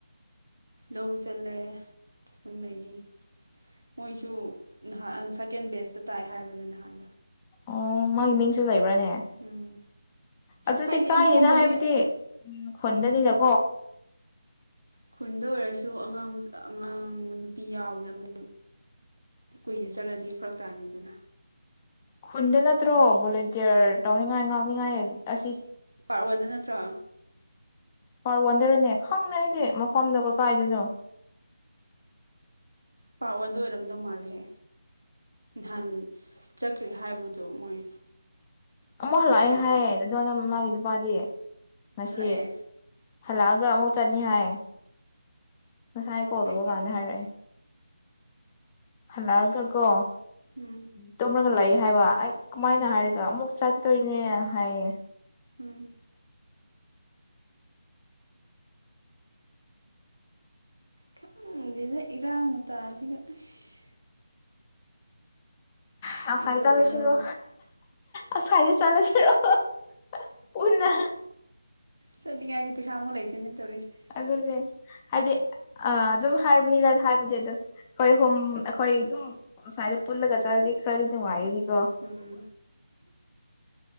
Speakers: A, on the right; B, on the left.
A: ꯂꯧ ꯆꯠꯂꯦ ꯑꯗꯨꯝ ꯂꯩꯅꯤ ꯃꯣꯏꯁꯨ ꯅꯍꯥꯟ ꯁꯀꯦꯟ ꯕꯦꯁꯇ ꯇꯥꯏ ꯍꯥꯏꯕꯗ ꯅꯍꯥꯟ
B: ꯑꯣ ꯃꯥꯏ ꯃꯤꯡꯁꯨ ꯂꯩ ꯕ꯭ꯔꯅꯦ
A: ꯎꯝ
B: ꯑꯗꯨꯗꯤ
A: ꯍꯥꯏꯗꯤ
B: ꯀꯥꯏꯗꯦꯗ
A: ꯑꯗꯨꯒꯨꯝꯕꯗꯤ
B: ꯍꯥꯏꯕꯗꯤ ꯈꯨꯟꯗꯅꯤꯅꯀꯣ
A: ꯈꯨꯟꯗ ꯑꯣꯏꯔꯁꯨ ꯑꯉꯥꯡ ꯃꯆꯥ ꯑꯉꯥꯡ ꯅꯨꯄꯤ ꯌꯥꯎꯕꯅꯦ ꯑꯃꯨꯛ ꯀꯨꯏꯅ ꯆꯠꯂꯗꯤ ꯐꯔꯛ ꯇꯥꯅꯤꯗꯅ
B: ꯈꯨꯟꯗ ꯅꯠꯇ꯭ꯔꯣ ꯚꯣꯂꯦꯟꯇꯤꯌꯔ ꯇꯧꯅꯤꯡꯉꯥꯏ ꯉꯥꯡꯅꯤꯡꯉꯥꯏ ꯑꯁꯤ
A: ꯄꯥꯔꯠ ꯋꯥꯟꯗ ꯅꯠꯇ꯭ꯔꯣ
B: ꯄꯥꯔꯠ ꯋꯥꯟꯗꯔꯅꯦ ꯈꯪꯗꯦ ꯑꯩꯗꯤ ꯃꯐꯝꯗꯣ ꯀꯀꯥꯏꯗꯅꯣ
A: ꯄꯥꯔꯠ ꯋꯥꯟꯗ ꯑꯣꯏꯔꯝꯗꯧ ꯃꯥꯜꯂꯦꯍꯦ ꯅꯍꯥꯟ ꯆꯠꯈ꯭ꯔꯦ ꯍꯥꯏꯕꯗꯣ ꯃꯣꯏ
B: ꯑꯃꯨꯛ
A: ꯀꯤꯂꯣꯃꯤꯇꯔꯗ
B: ꯍꯂꯛꯑ ꯑꯩ ꯍꯥꯏ ꯌꯥꯏꯌꯦ ꯑꯗꯨꯣ ꯅ ꯃꯥ ꯄꯥꯗꯦ ꯃꯁꯤ
A: ꯍꯜꯂꯛꯑꯦ
B: ꯍꯜꯂꯛꯑꯒ ꯑꯃꯨꯛ ꯆꯠꯅꯤ ꯍꯥꯏꯌꯦ ꯉꯁꯥꯏ ꯀꯣꯜꯗꯧꯕ
A: ꯀꯩꯒꯤꯅꯣ
B: ꯀꯥꯟꯗ ꯍꯥꯏꯔꯛꯑꯦ ꯍꯂꯛꯑꯒ ꯀꯣ
A: ꯎꯝ
B: ꯇꯨꯝꯔꯒ ꯂꯩ ꯍꯥꯏꯕ ꯑꯩ ꯀꯃꯥꯏꯅ
A: ꯎꯝ
B: ꯍꯥꯏꯔꯒ ꯑꯃꯨꯛ ꯆꯠ ꯇꯣꯏꯅꯦ ꯍꯥꯏꯌꯦ
A: ꯎꯝ ꯈꯪꯗꯦꯗ ꯏꯔꯥꯡ ꯃꯇꯥꯁꯤꯒ ꯏꯁ
B: ꯍ ꯑꯁꯥꯏ
A: ꯇꯧꯗꯣꯏꯅꯣ
B: ꯆꯠꯂꯨꯁꯤꯔꯣ <inaudible> ꯑꯁꯥꯏꯗ ꯆꯠꯂꯨꯁꯤꯔꯣ <inaudible> ꯄꯨꯟꯅ
A: ꯆꯠꯅꯤꯡꯉꯥꯏꯁꯨ ꯄꯩꯁꯥ ꯑꯃꯨꯛ ꯂꯩꯇꯦꯅꯦ ꯇꯧꯔꯤꯁꯦ
B: ꯑꯗꯨꯗꯦ ꯍꯥꯏꯗꯤ ꯑ ꯑꯗꯨ ꯍꯥꯏꯕꯅꯤꯅ ꯍꯥꯏꯕꯗꯤ ꯑꯗꯨꯝ ꯈꯣꯏ ꯍꯨꯝ ꯑꯩꯈꯣꯏ ꯑꯗꯨꯝ ꯑꯁꯥꯏꯗ ꯄꯨꯜꯂꯒ ꯆꯂꯗꯤ ꯈꯔꯗꯤ ꯅꯨꯡꯉꯥꯏꯒꯅꯤ ꯑꯥ <inaudible>
A: ꯎꯝ